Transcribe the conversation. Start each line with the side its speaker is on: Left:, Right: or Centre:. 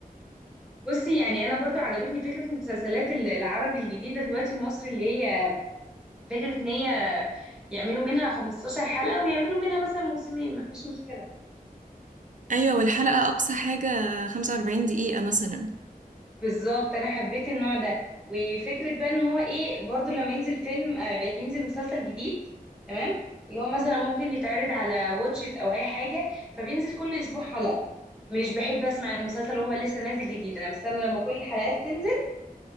Centre: بصي يعني انا برضو عجبتني فكره المسلسلات ال- العربي الجديده دلوقتي المصري اللي هي فكره ان هي يعملوا منها 15 حلقه ويعملوا منها مثلا موسمين مفيش مشكله
Right: ايوه والحلقه اقصى حاجه 45 دقيقه مثلا
Centre: بالظبط انا حبيت النوع ده وفكره بقى ان هو ايه برضو لما ينزل فيلم آه، ينزل مسلسل جديد تمام اللي هو مثلا ممكن يتعرض على واتشيت او اي حاجه فبينزل كل اسبوع حلقه مش بحب اسمع المسلسل وهو لسه نازل جديد انا بستنى لما كل الحلقات تنزل